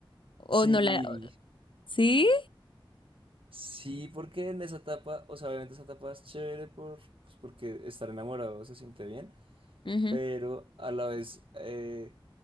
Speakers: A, on the left; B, on the right.
A: ¿O
B: Sí,
A: no la... ¿Sí?
B: sí, porque en esa etapa, o sea, obviamente esa etapa es chévere por, pues porque estar enamorado se siente bien,
A: Ujú.
B: pero a la vez, eh,